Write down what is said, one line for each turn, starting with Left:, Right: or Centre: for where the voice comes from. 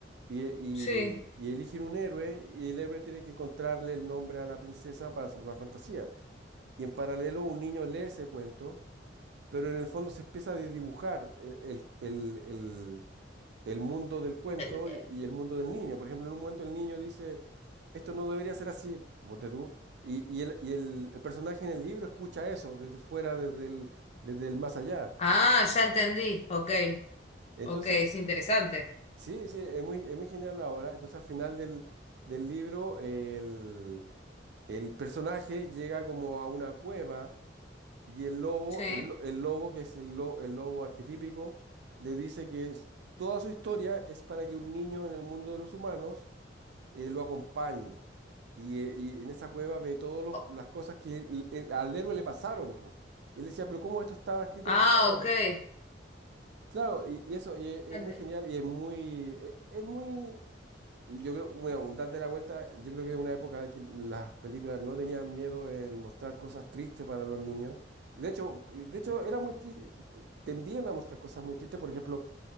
Right: y, y,
Left: sí.
Right: y eligen un héroe y el héroe tiene que encontrarle el nombre a la princesa para salvar fantasía. Y en paralelo un niño lee ese cuento, pero en el fondo se empieza a dibujar el, el, el- el- el mundo del cuento
Left: El- eh,
Right: y el mundo del niño. Por ejemplo, en un momento el niño dice, esto no debería ser así, ponte tú, y, y el, y el- el personaje en el libro escucha eso desde fuera, desde el, desde el más allá.
Left: ah, ya entendí. Ok,
Right: Entonces,
Left: ok, es interesante.
Right: sí, sí, es muy, es muy genial la obra. Entonces, al final del, del libro, el, el personaje llega como a una cueva y el lobo,
Left: Sí.
Right: el, lo- el lobo que es el, lo- el lobo arquetípico, le dice que... es- Toda su historia es para que un niño en el mundo de los humanos eh, lo acompañe. Y, eh, y en esa cueva ve todas
Left: O-
Right: las cosas que el- el- al héroe le pasaron, po. Y él decía, pero ¿cómo esto estaba escrito
Left: Ah,
Right: en tu mano?
Left: ok.
Right: Claro, y, y eso, y es, es
Left: Ya
Right: muy
Left: te-
Right: genial, y es muy, e- es, muy, yo creo, bueno, date la vuelta, yo creo que es una época que las películas no tenían miedo en mostrar cosas tristes para los niños. Y De hecho, de hecho, era muy triste, tendían a mostrar cosas muy tristes, por ejemplo,